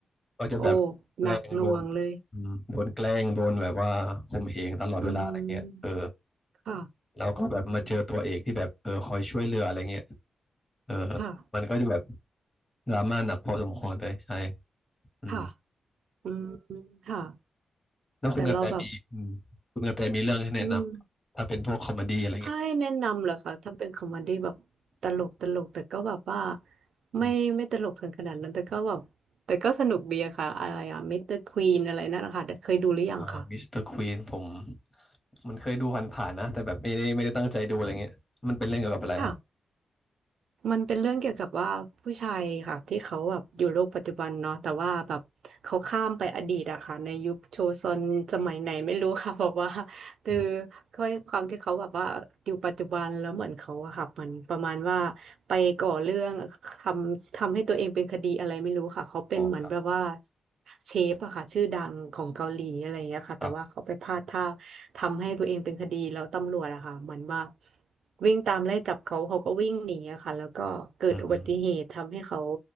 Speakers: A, on the left; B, on the right.
A: ก็จะแบบแกล้งโดน
B: โอ้หนักหน่วงเลย
A: อืมโดนแกล้งโดนแบบว่าข่มเหงตลอดเวลาอะไรเงี้ยเออ
B: อืมค่ะ
A: แล้วก็แบบมาเจอตัวเอกที่แบบเออคอยช่วยเหลืออะไรเงี้ย
B: อืม
A: เออ
B: ค่ะ
A: มันก็จะแบบดราม่าหนักพอสมควรเลยใช่อืม
B: ค่ะ อืมค่ะ
A: แล้วคุณกระแตมีอืมคุณกระแตมีเรื่องให้แนะนำถ้าเป็นพวกคอมเมดี้อะไรเงี้ย
B: แต่เราแบบอืมถ้าให้แนะนำเหรอคะถ้าเป็นคอมเมดี้แบบตลกตลกแต่ก็แบบว่า
A: อืม
B: ไม่ไม่ตลกถึงขนาดนั้นแต่ก็แบบแต่ก็สนุกดีอะค่ะอะไรอะมิสเตอร์ควีนอะไรนั่นนะคะเคยดูหรือยังคะ
A: อ่ามิสเตอร์ควีนผมมันเคยดูผ่านๆนะแต่แบบไม่ได้ไม่ได้ตั้งใจดูอะไรเงี้ยมันเป็นเรื่องเกี่ยวกับอะไรฮะ
B: ค่ะ มันเป็นเรื่องเกี่ยวกับว่าผู้ชายค่ะที่เขาแบบอยู่โลกปัจจุบันเนาะแต่ว่าแบบเขาข้ามไปอดีตอะค่ะในยุคโชซอนสมัยไหนไม่รู้ค่ะ <laughs> บอกว่าคือ
A: อืม
B: ด้วยความที่เขาแบบว่าอยู่ปัจจุบันแล้วเหมือนเขาอะค่ะเหมือนประมาณว่าไปก่อเรื่องทำทำให้ตัวเองเป็นคดีอะไรไม่รู้ค่ะเขาเป็นเหมือนแบบว่า
A: อ๋อครับ
B: เชฟอะค่ะชื่อดังของเกาหลีอะไรอย่างเงี้ยค่ะแต่ว่าเขาไปพลาดท่า
A: ครับ
B: ทำให้ตัวเองเป็นคดีแล้วตำรวจอะค่ะเหมือนว่า วิ่งตามไล่จับเขาเขาก็วิ่งหนีอะค่ะแล้วก็เกิดอุบัติเหตุทำให้เขา
A: อืม